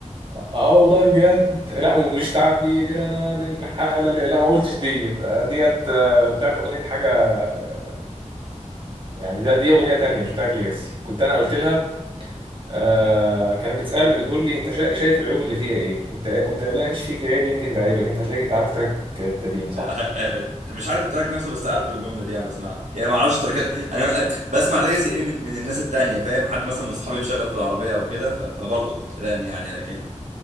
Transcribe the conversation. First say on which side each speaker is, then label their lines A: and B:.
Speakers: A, on the right; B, on the right.
A: اه والله بجد لا ومش تعبير انا عن الحالة اللي لا ما قلتش ديت آه، ديت آه، بتاعت اغنية حاجة آه، يعني ده دي اغنية تانية مش بتاعت ليجاسي كنت انا قلت لها آه كانت بتسألني بتقول لي انت شا- شايف العيوب اللي فيها ايه كنت قمت قايل لها مفيش فيك عيب يمكن ده عيبك انت هتلاقيك انت عارف تراك ابتدين صح
B: <laughs> مش عارف التراك نفسه بس عارف الجمله دي يعني بسمعها يعني ما اعرفش التراكات
A: مفيش فيك
B: انا بسمع ليجاسي ايه من من الناس التانية فاهم حد مثلا من صحابي مشغل في العربيه او كده ف- فبلقط كلام يعني لكن